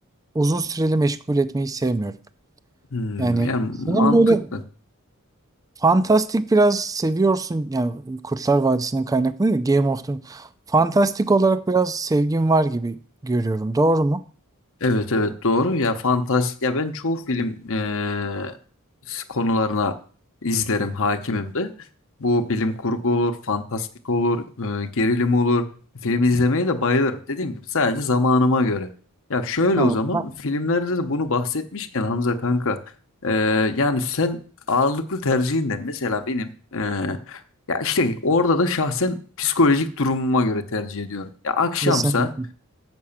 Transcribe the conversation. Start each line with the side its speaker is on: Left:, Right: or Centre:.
Right: uzun süreli meşgul etmeyi sevmiyorum.
Left: Hmm,
Right: Yani
Left: yani
Right: senin
Left: mantıklı.
Right: böyle fantastik biraz seviyorsun. Yani Kurtlar Vadisi'nin kaynaklı değil, de Game of Thrones. Fantastik olarak biraz sevgin var gibi görüyorum. Doğru mu?
Left: Evet evet doğru ya fantastik ya ben çoğu film eee, konularına izlerim hakimim de. Bu bilim kurgu olur, fantastik olur, eee, gerilim olur. Film izlemeye de bayılırım. Dediğim gibi sadece zamanıma göre. Ya şöyle
Right: Tamam.
Left: o zaman
Right: Ben-
Left: filmlerde de bunu bahsetmişken Hamza kanka eee, yani sen ağırlıklı tercihin ne? Mesela benim eee, ya işte orada da şahsen psikolojik durumuma göre tercih ediyorum. Ya akşamsa
Right: Kesinlikle.